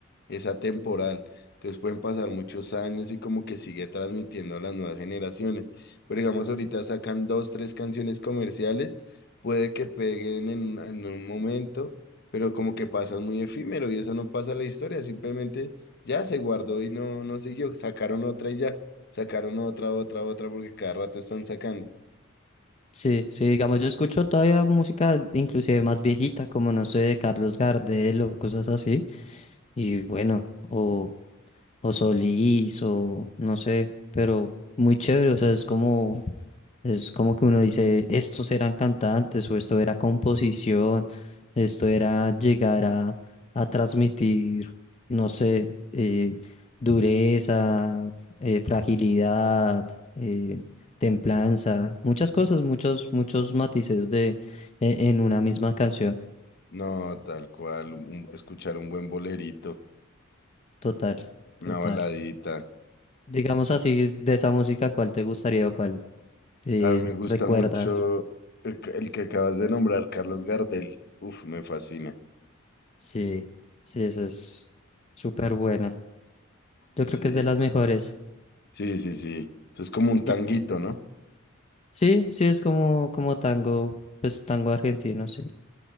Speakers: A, on the left; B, on the left.
A: es atemporal. Entonces pueden pasar muchos años y como que sigue transmitiendo a las nuevas generaciones. Pero digamos, ahorita sacan dos, tres canciones comerciales, puede que peguen en un, en un momento, pero como que pasan muy efímero y eso no pasa a la historia, simplemente ya se guardó y no, no siguió. Sacaron otra y ya, sacaron otra, otra, otra, porque cada rato están sacando.
B: Sí, sí, digamos, yo escucho todavía música inclusive más viejita, como no sé, de Carlos Gardel o cosas así, y bueno, o, o Solís, o no sé, pero muy chévere, o sea, es como es como que uno dice, estos eran cantantes o esto era composición, esto era llegar a, a transmitir, no sé, eh, dureza, eh, fragilidad, eh, templanza, muchas cosas, muchos, muchos matices de, e- en una misma canción.
A: No, tal cual, un- escuchar un buen bolerito,
B: Total,
A: una
B: total.
A: baladita.
B: Digamos así, de esa música, ¿cuál te gustaría o cuál eh,
A: A mí me gusta
B: recuerdas?
A: mucho el, que el que acabas de nombrar, Carlos Gardel. Uf, me fascina.
B: Sí, sí, esa es súper buena. Yo
A: Sí,
B: creo que es de las mejores.
A: sí, sí, sí. Eso es como un tanguito,
B: Y-
A: ¿no?
B: sí, sí, es como, como tango, pues tango argentino, sí.